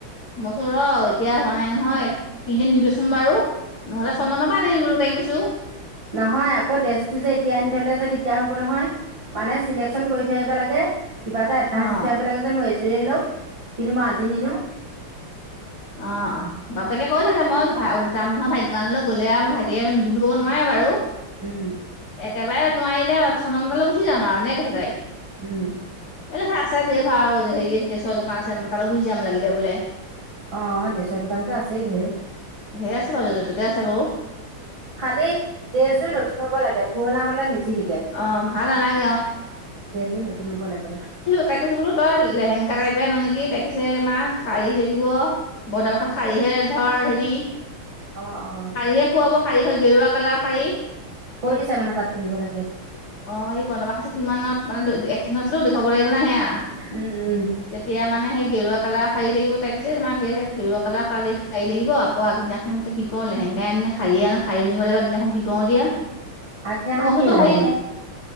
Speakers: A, on the left (about 85°); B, on the right (about 65°).
A: মইচো ৰ এতিয়া হোৱা নাই নহয়, সি এতি নিদেচোন বাৰু। নহলে চন্দন পা আনিবি বোলো তাইক কৈছো।
B: নহয় আকৌ ড্ৰেছটো যে এতিয়া আনি থলে যে দিগদাৰ হব নহয় মানে চিলেকচন কৰি থৈ আহিব লাগে। কিবা এটা এডভান্স
A: অ',
B: দি থৈ আহিব লাগে যে মই এইযোৰে লম, কিন্তু মই আজি নি
A: অ অ বাপেকে কৈছে মই ভা যাম নহয় ভাইটি দোকানলৈ গ'লে আও আমাৰ ভাইটিয়ে নিদো বুলি ক'ব নোৱাৰে বাৰু।
B: উম।
A: একেবাৰে নোৱাৰিলে চন্দনৰ তালে গুচি যাম আৰু এনেকে কৈছে তাইক।
B: উম।
A: এই আছে ঢেৰ ভাৰ অ হেৰি আছে ড্ৰেছৰ দোকান আছে তালৈ গুচি যাম লাগিলে বোলে।
B: অ ড্ৰেছৰ দোকানতো আছেই ঢেৰ।
A: ধেৰ আছে বাউ যতে ততে আছে বাউ।
B: খালী ড্ৰেছযোৰ নতুন হব লাগে পুৰণা হলে নিজিলিকে।
A: অ ভাল নাল
B: ড্ৰেছযোৰ নতুন হ'ব লাগে।
A: তাইক কৈছে বোলো তই লেহেংগা টাইপে আন নেকি তাইক- ছে আছে মা শাৰী লাগিব বনবাসত শাৰীহে ধৰ হেৰি।
B: অ অ।
A: শাড়ীয়ে শুৱাব শাড়ী হে গৰুৱা কালাৰ শাড়ী।
B: কৈ দিছে মানে তাত পিন্ধিব লাগে সেইটো।
A: অ সেই বনবাস আছে কিমানত মানে এক্টিঙ আছিলো দেখুৱাব লাগিব না সেয়া।
B: উম উম।
A: তেতিয়া মানে সেই। গেৰুৱা কালাৰ শাড়ী লাগিব তাই কৈছে মা গে গেৰুৱা কালাৰ শাড়ী শাড়ী লাগিব আকৌ আগদিনাখন- এ কি কৰো লেহেঙ্গা আনোনে শাড়ী আনো শাড়ী পিন্ধিব লাগিব আগদিনাখন কি কৰো এতিয়া।
B: আগদিনাখন
A: মই কৈছো
B: কি ওলাইছেনো?
A: তো হই